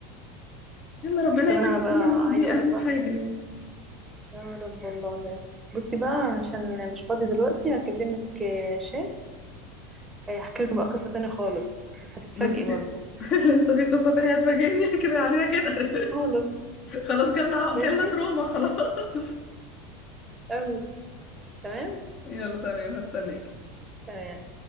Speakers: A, on the left; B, on the right.
A: يلا ربنا
B: طب
A: يبعد
B: انا بقى
A: عننا الناس
B: عايزة
A: دي
B: اقولك
A: اهم
B: بقى
A: حاجه يعني
B: يا رب والله بصي بقى عشان مش فاضي دلوقتي هكلمك آه، شات هحكي لك بقى قصة تانية خالص هتتفاجئي
A: بس
B: برضو
A: <laughs> لسه في قصة تانية هتفاجئني كفاية علينا كده <laughs>
B: خالص
A: خلاص جالنا
B: ماشي
A: جالنا تروما خلاص
B: قوي تمام
A: <laughs> يلا تمام هستناك
B: تمام